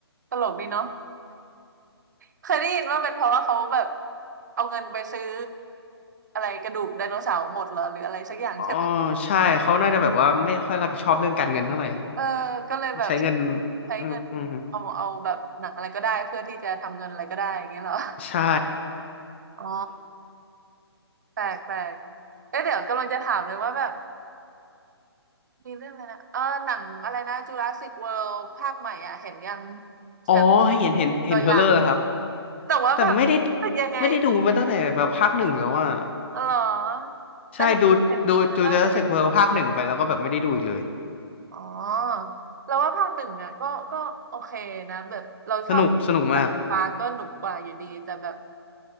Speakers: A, on the right; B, on the left.
A: ตลกดีเนาะเคยได้ยินว่าเป็นเพราะว่าเขาแบบเอาเงินไปซื้ออะไรกระดูกไดโนเสาร์หมดเหรอหรืออะไรสักอย่างใช่ไหม
B: อ๋อใช่เขาน่าจะแบบว่าไม่ค่อยรับผิดชอบเรื่องการเงินเท่าไหร่
A: เออก็เลยแบบ
B: ใช้เงิน
A: ใช้เงินเอาเอาแบบหนังอะไรก็ได้เพื่อที่จะทำเงินอะไรก็ได้อย่างเงี้ยเหรอ
B: เอออืมใช่
A: อ๋อแปลกแปลกเอ๊ะเดี๋ยวกำลังจะถามเลยว่าแบบมีเรื่องอะไรนะเออหนังอะไรนะจูราสสิกเวิลด์ภาคใหม่อ่ะเห็นยัง
B: <laughs>
A: เชิญ
B: อ๋อเห็นเห็นเห็นเทรลเลอร์แล้วครับ
A: ตัวอย่างแต่ว่าแบบรู้สึกยังไง
B: แต่ไม่ได้ไม่ได้ดูมาตั้งแต่แบบภาคหนึ่งแล้วอ่ะ
A: อ๋อเหรอแต่เห็นเห็นเทรลเลอร์แล้ว
B: ใช่ดูดูดู Jurassic World ภาคหนึ่งไปแล้วก็แบบไม่ได้ดูอีกเลย
A: อ๋อเราว่าภาคหนึ่งอ่ะก็ก็โอเคนะแบบเราชอบ
B: สนุกสนุกมาก
A: ฟ้าก็หนุกกว่าอยู่ดีแต่แบบ